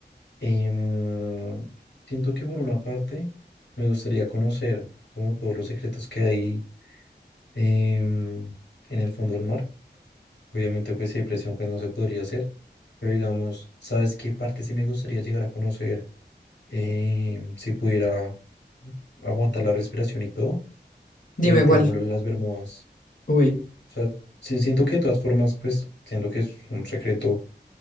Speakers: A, on the left; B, on the left.
A: Em, siento que por una parte me gustaría conocer como todos los secretos que hay em, en el fondo del mar. Obviamente pues si hay presión pues no se podría hacer, pero digamos, ¿sabes qué parte sí me gustaría llegar a conocer Em, si pudiera aguantar la respiración y todo?
B: Dime
A: El
B: cuál.
A: Triángulo de las Bermudas.
B: Uy.
A: O sea, sí siento que de todas formas pues siento que es un secreto